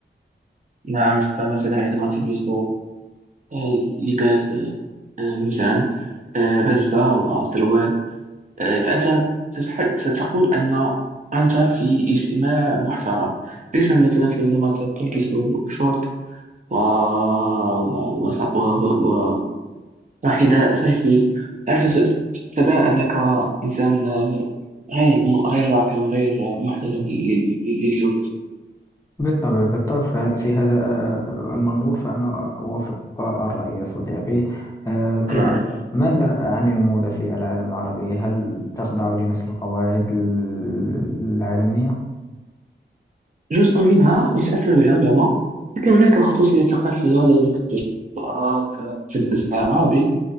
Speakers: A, on the right; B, on the left.
A: نعم فمثلا عندما تجلس آه، لباس آه، مثلا آه، بزة وسروال آه، فأنت تتح- تقول أن أنت في اجتماع محترم ليس مثلا في عندما ت- تلبس شورت و... و... وص- و... و... و... وحذاء صيفي أنت ت- تبان أنك إنسان آه، غير غير راقي وغير محترم لل- للجلوس
B: بالطبع بالطبع ف- في هذا آه، المنظور فأنا أوافقك الرأي يا صديقي آه، طيب
A: نعم
B: ماذا عن الموضة في العالم العربي؟ هل تخضع لنفس القواعد ال- العالمية؟
A: جزء منها يتأثر بالعولمة لكن هناك خصوصية ثقافية لدى الجرأة ف- في الإسلام العربي